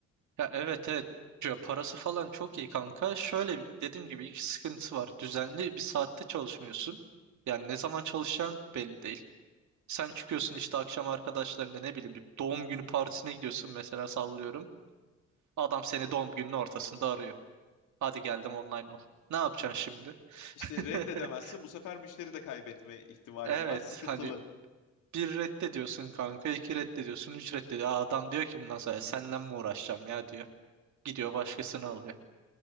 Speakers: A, on the right; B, on the left.
A: Ya evet evet. Ya parası falan çok iyi kanka. Şöyle dediğim gibi iki sıkıntısı var. Düzenli bir saatte çalışmıyorsun. Yani ne zaman çalışacağın belli değil. Sen çıkıyorsun işte akşam arkadaşlarına ne bileyim bir doğum günü partisine gidiyorsun mesela sallıyorum. Adam seni doğum gününün ortasında arıyor. Hadi geldim online ol. Ne yapacaksın şimdi?
B: İşte reddedemezsin
A: <laughs>
B: bu sefer müşteri de kaybetme ihtimalin
A: Evet
B: var sıkıntılı.
A: hani bir reddediyorsun kanka, iki reddediyorsun, üç reddediyor. Aa, adam diyor ki bundan sonra "E, senle mi uğraşacağım ya diyor. Gidiyor başkasını alıyor.